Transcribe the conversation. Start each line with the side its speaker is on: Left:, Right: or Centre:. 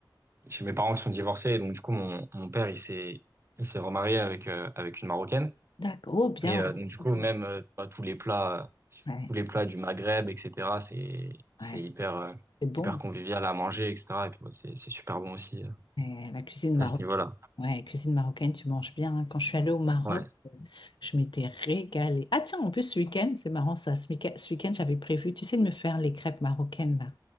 Right: j'ai mes parents qui sont divorcés, donc du coup, mon, mon père, il s'est, il s'est remarié avec, euh, avec une Marocaine.
Left: D'accord. Oh, bien.
Right: Et euh, donc du coup,
Left: Ouais,
Right: même euh, bah, tous les plats, euh,
Left: ouais.
Right: tous les plats du Maghreb, etc. C'est, c'est
Left: ouais.
Right: hyper, euh,
Left: C'est bon.
Right: hyper convivial à manger, etc. Et puis, bah, c'est, c'est super bon aussi euh,
Left: Ouais, la cuisine marocaine.
Right: à ce niveau-là.
Left: Ouais, cuisine marocaine, tu manges bien. hein. Quand je suis allée au Maroc,
Right: Ouais.
Left: euh, je m'étais régalée. Ah tiens, en plus, ce week-end, c'est marrant ça. Ce week- ce week-end, j'avais prévu, tu sais, de me faire les crêpes marocaines, là.